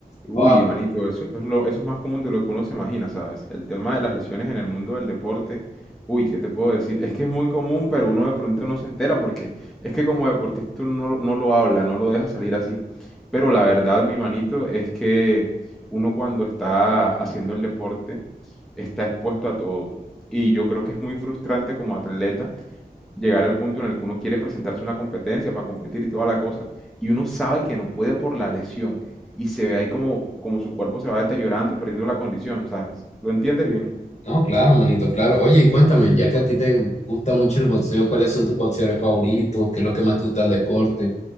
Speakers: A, in the centre; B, on the left (about 45°).
A: Uy,
B: Wow,
A: hermanito, eso es lo, eso es más común de lo que uno se imagina, ¿sabes? El tema de las lesiones en el mundo del deporte, uy, ¿qué te puedo decir? Es que es muy común, pero uno de pronto no se entera porque es que como deportista uno no, lo- no lo habla, no lo deja salir así. Pero la verdad, mi manito, es que uno cuando está haciendo el deporte está expuesto a todo. Y yo creo que es muy frustrante como atleta llegar al punto en el que uno quiere presentarse a una competencia para competir y toda la cosa, y uno sabe que no puede por la lesión, y se ve ahí como, como su cuerpo se va deteriorando y perdiendo la condición, ¿sabes? ¿Lo entiendes bien?
B: No, claro, manito, claro. Oye, y cuéntame, ya que a ti te gusta mucho el boxeo, ¿cuáles son tus boxeadores favoritos? ¿Qué es lo que más te gusta del deporte?